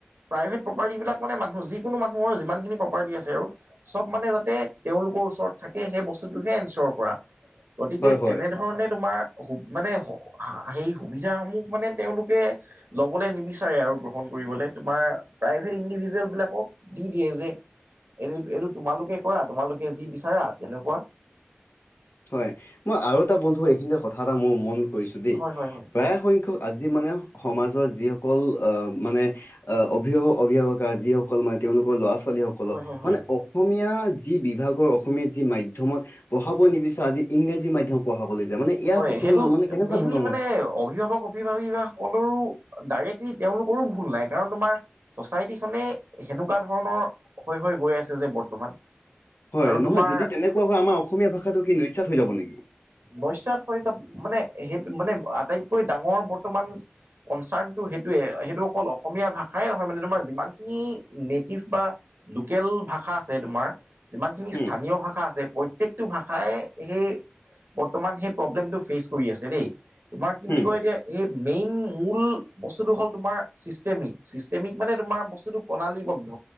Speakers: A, on the right; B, on the left.
A: প্ৰাইভেট প্ৰপাৰ্টি বিলাক মানে মানুহ যিকোনো মানুহৰ যিমানখিনি প্ৰপাৰ্টি আছে আৰু চব মানে যাতে তেওঁলোকৰ ওচৰত থাকে সেই বস্তুটোহে এঞ্চৰ কৰা। গতিকে
B: হয়, হয়।
A: তেনেধৰণে তোমাৰ অসুব মানে সেই সুবিধাসমূহ মানে তেওঁলোকে ল'বলে নিবিচাৰে আৰু গ্ৰহণ কৰিবলে তোমাৰ প্ৰাইভেট ইণ্ডিভিজুৱেলবিলাকক দি দিয়ে যে এইটো- এইটো তোমালোকে কৰা তোমালোকে যি বিচাৰা তেনেকুৱা।
B: হয় মই আৰু এটা বন্ধু এইখিনিতে কথা এটা মোৰ মন কৰিছো দেই
A: হয় হয় হয়
B: প্ৰায় সংখ্যক আজি মানে সমাজৰ যিসকল অ মানে আ অভিভাৱক অভিভাৱকা যিসকল মানে তেওঁলোকৰ ল'ৰা ছোৱালীসক- সকলক
A: হয় হয় হয়
B: মানে অসমীয়া যি বিভাগৰ অসমীয়া যি মাধ্যমত পঢ়াব নিবিচ- ত' আজি ইংৰাজী মাধ্যম পঢ়াবলৈ যায় মানে ইয়াৰ
A: হয়
B: ওপৰত তোমাৰ
A: সেইটো
B: মানে কেনেকুৱা
A: মেইনলি
B: ধৰণৰ
A: মানে
B: মত
A: অভিভাৱক সক অভিভিকাসকলৰো ডাইৰেক্টলি তেওঁলোকৰো ভুল নাই কাৰণ তোমাৰ ছচাইটিখনে সেনেকুৱা ধৰণৰ হৈ- হৈ গৈ আছে যে বৰ্তমান।
B: হয়
A: আৰু
B: নহয়
A: তোমাৰ
B: যদি তেনেকুৱা হয় আমাৰ অসমীয়া ভাষাটো কি নিশ্চাত হৈ যাব নেকি?
A: নইচাত হৈ যাব মানে সেইটো মানে আটাইতকৈ ডাঙৰ বৰ্তমান কনচাৰ্ণটো সেইটোৱে সেইটো অকল অসমীয়া ভাষাই নহয় মানে তোমাৰ বাকী নেটিভ বা লোকেল ভাষা আছে তোমাৰ যিমানখিনি
B: হুম
A: স্থানীয় ভাষা আছে প্ৰত্যেকটো ভাষাই সেই বৰ্তমান সেই প্ৰব্লেমটো ফেচ কৰি আছে দেই তোমাৰ কি
B: হুম
A: বুলি কয় এতিয়া এই মেইন মূল বস্তুটো হ'ল তোমাৰ চিষ্টেমিক- চিষ্টেমিক মানে তোমাৰ বস্তুটো প্ৰণালীবদ্ধ